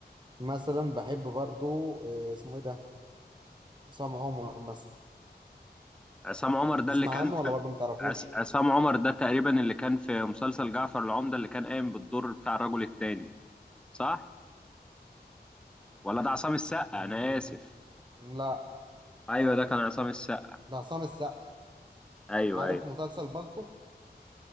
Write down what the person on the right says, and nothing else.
مثلا بحب برضو آه، اسمه ايه ده عصام عمر مثلا
تسمع
عنه
ولا برضو ما تعرفوش
مم،
لا
ده عصام السقا
عارف
مسلسل بالطو